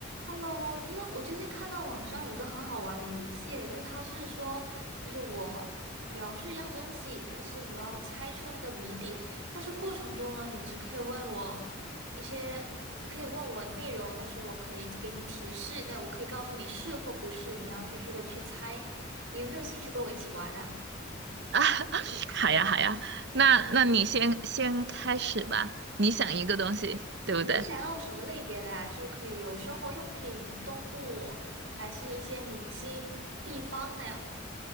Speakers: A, on the right; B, on the right.
A: Hello，你有，我最近看到网上有一个很好玩的游戏，就是它是说，就是我描述一样东西，但是你要猜出那个谜底，但是过程中呢，你只可以问我一些，你可以问我内容，但是我可以给你提示，但我可以告诉你是或不是，你要继续的去猜。你有没有兴趣跟我一起玩啊？
B: 啊，<laughs> 好呀，好呀，那那你先先开始吧，你想一个东西，对不对？
A: 你想要什么类别的呀？就可以有生活用品、动物，还是一些明星、地方那样。